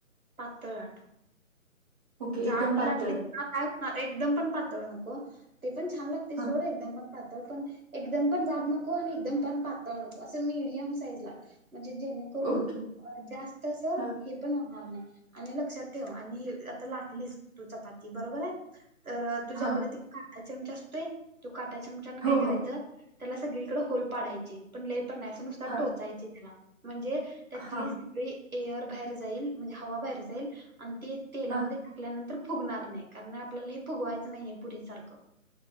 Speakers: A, on the right (about 85°); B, on the right (about 25°).
A: पाातळ लाट.
B: ओके,
A: जाड
B: एकदम पातळ.
A: लाटली ना काय, म् एकदम पण पातळ नको. ते पण छान लागते,
B: हां,
A: सोडं एकदम मग पातळ पण, एकदम पण जाड नको आणि एकदम पण पातळ नको, असं मीडियम साईजला म्हणजे जेणेकरून,
B: ओके.
A: जास्त असं
B: हां,
A: हे पण होणार नाही. आणि लक्षात ठेव, आणि हे <unintelligible> लाटलीस, तू चपाती, बरोबर आहे? तर तुझ्याकडे
B: हां.
A: ते <unintelligible> आज आमच असतोय काट्या चमचान काय
B: हो,
A: करायचं
B: हो.
A: त्याला सगळीकडे होल पाडायचे पण पण नाय आस नुसत
B: हां,
A: टोचायच त्याला म्हणजे त्यातली
B: हां,
A: सगळी एअर बाहेर जाईल म्हणजे हवा बाहेर जाईल आणि ते तेलामध्ये
B: हां.
A: टाकल्यानंतर फुगणार नाही कारण आपल्याला हे फुगवायचं नाहीय पुरीसारखं